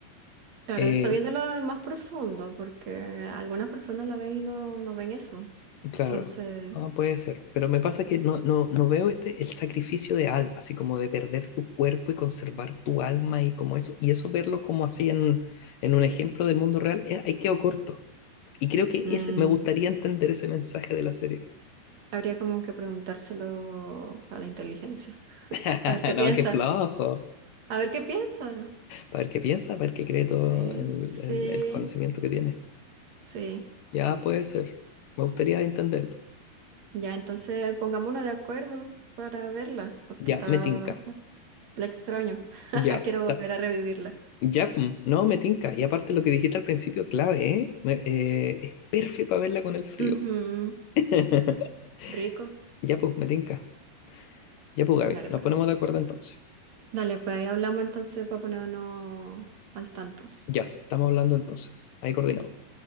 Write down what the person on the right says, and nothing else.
Claro,
sabiéndolo más profundo, porque algunas personas la ven y no, no ven eso.
Entonces,
mm,
habría como que preguntárselo a la inteligencia.
A ver qué
piensa.
A ver qué piensa.
Sí,
sí,
sí.
Ya, entonces pongámonos de acuerdo para verla, porque
está,
la extraño. <laughs>
Quiero
volver a revivirla.
Ujú,
Rico.
Dale
pues.
Dale pues, ahí hablamos entonces para ponernos al tanto.